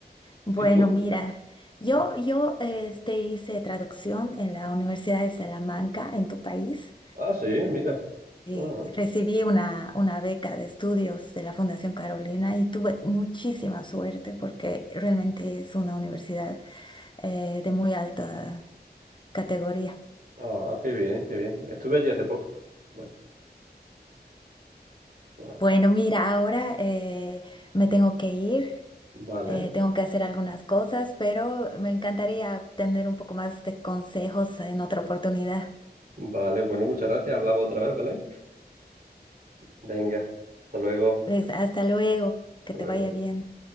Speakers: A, on the left; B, on the right.
A: Bueno,
B: ¿Y tú?
A: mira, yo,
B: Ah,
A: yo este, hice traducción en la Universidad de Salamanca, en tu país.
B: ah, sí, mira.
A: y
B: Ah,
A: recibí una, una beca de estudios de la Fundación Carolina y tuve muchísima suerte porque realmente es una universidad eh, de muy alta categoría.
B: ah, qué bien, qué bien. Estuve allí hace poco. Bueno, va-
A: Bueno, mira, ahora eh, me tengo que ir,
B: vale,
A: eh, tengo que hacer algunas cosas, pero me encantaría tener un poco más de consejos en otra oportunidad.
B: vale, bueno, muchas gracias. Hablamos otra vez, ¿vale? Venga, hasta luego,
A: Pues hasta luego, que
B: hasta
A: te
B: luego.
A: vaya bien.